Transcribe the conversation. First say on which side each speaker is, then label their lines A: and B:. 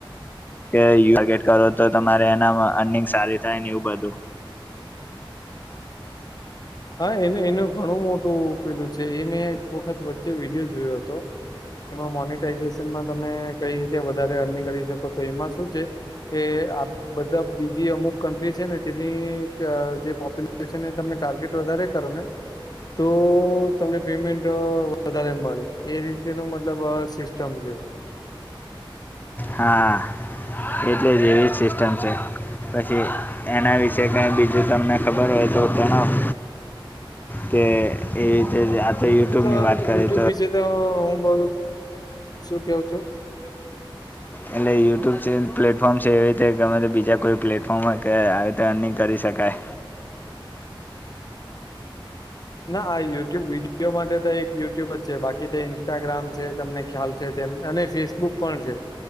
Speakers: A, on the left (about 20°); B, on the left (about 45°).
A: કે <unintelligible> કરો તો તમારે એના અનિંગ સારી થાય ને એવું બધું
B: હા એનું એનું ઘણું મોટું પેલું છે, એ મેં એક વખત વચ્ચે વિડીયો જોયો હતો એમાં મોનટાઈઝેશનમાં તમે કઈ રીતે વધારે અર્નિંગ કરી શકો તો એમાં શું છે. કે આ બધા બીજી અમુક કન્ટ્રી છે, ને તેની જે પોપ્યુલેશન છે, ને તમે ટાર્ગેટ વધારે કરો ને તો તમને પેમેન્ટ વધારે મળે એ રીતે નુ મતલબ સિસ્ટમ છે.
A: હા એટલે જ એવી જ સિસ્ટમ છે. પછી એના વિશે કઈ બીજું તમને ખબર હોય તો જણાવો કે એવી રીતે
B: હા
A: આ
B: બીજું
A: યુટ્યુબની
B: તો
A: વાત કરીએ
B: યુટ્યુબ વિશે તો હું બધુ શું કેવ છું.
A: એટલે યુટ્યુબ છે, પ્લેટફોર્મ છે, એવી રીતે કે ગમે તે બીજા કોઈ પ્લેટફોર્મ હોય કે આવી રીતે અર્નિંગ કરી શકાય
B: ના આ યુટ્યુબ વિડીયો માટે તો એક યુટ્યુબ જ છે, બાકી તો ઇન્સ્ટાગ્રામ છે, તમને ખ્યાલ છે, તેમ અને ફેસબુક પણ છે.